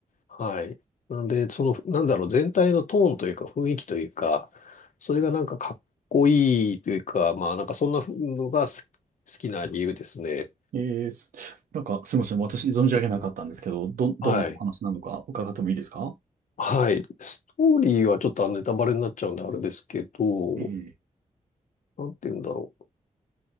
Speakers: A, on the left (about 65°); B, on the right (about 85°).
A: はい。なんで、その、なんだろう、全体のトーンというか、雰囲気というか、それがなんかかっこいいというか、まあなんかそんなのが好き好きな理由ですね。
B: うんえー、すなんか、すみません。私、存じ上げなかったんですけど、ど、どんなお話なのか伺ってもいいですか
A: はい。はい。ストーリーはちょっとネタバレになっちゃうんであれですけど、
B: ええ
A: なんて言うんだろう。